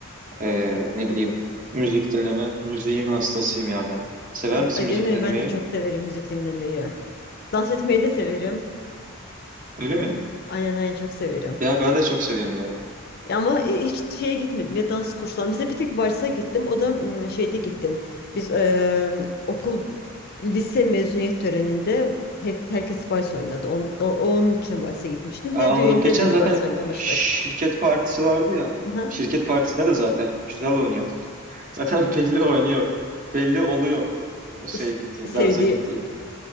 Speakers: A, on the right; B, on the left.
A: ee,
B: Çok geçmiş
A: ne
B: olsun.
A: bileyim müzik dinleme. Müziğin hastasıyım ya ben. Sever misin
B: Ay,
A: müzik
B: değil mi?
A: dinlemeyi?
B: Ben de çok severim müzik dinlemeyi. Dans etmeyi de severim.
A: Öyle mi?
B: Aynen aynen çok severim.
A: Ya ben de çok severim ya.
B: Ya ama e, hiç şeye gitmedim ya dans kursuna. Mesela bir tek varsa gittim. O da mm, şeyde gittim. Biz e, okul lise mezuniyet töreninde hep herkes vals oynadı. On, o- onun için varsa gitmiştim.
A: Aa,
B: Bir de
A: Anladım.
B: düğünde
A: Geçen
B: biz
A: zaten
B: vals oynamıştık.
A: şirket partisi vardı ya.
B: Aha.
A: Şirket partisinde de zaten güzel oynuyordu. <laughs> Zaten belli oynuyor. Belli oluyor şeye
B: Se-
A: gittiğin,
B: sevdiği
A: dansa gittiğin.